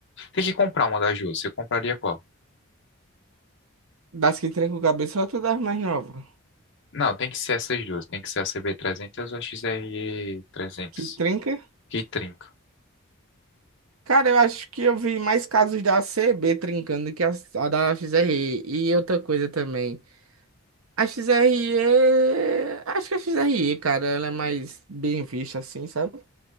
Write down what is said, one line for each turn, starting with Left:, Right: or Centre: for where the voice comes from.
Left: tem que comprar uma das duas, você compraria qual?
Right: Das que tranca o cabeçote ou das mais novas?
Left: Não, tem que ser essas duas, tem que ser a CB300 ou a XRE300,
Right: Que trinca?
Left: que trinca.
Right: Cara, eu acho que eu vi mais casos da CB trincando que a, a da XRE. E E outra coisa também. A XRE. Acho que a XRE, cara, ela é mais bem vista assim, sabe?